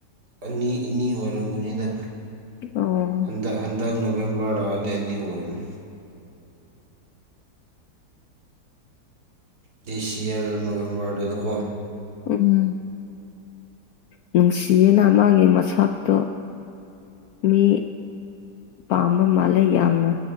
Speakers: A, on the right (about 70°); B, on the left (about 70°).
A: ꯑꯅꯤ ꯑꯅꯤ ꯑꯣꯏꯔꯝꯒꯅꯤꯗ
B: ꯑꯣ
A: ꯍꯟꯗꯛ ꯍꯟꯗꯛ ꯅꯕꯦꯝꯕꯔꯥ ꯗꯦꯠ ꯑꯅꯤ ꯑꯣꯏꯔꯅꯤ ꯗꯤꯁ ꯌꯌꯥꯔ ꯅꯣꯕꯦꯝꯕꯔꯗꯨꯗꯀꯣ
B: ꯎꯝ ꯅꯨꯡꯁꯤꯌꯦꯅ ꯃꯥꯒꯤ ꯃꯁꯇꯣ ꯃꯤ ꯄꯥꯝꯕ ꯃꯥꯜꯂꯦ ꯌꯥꯝꯅ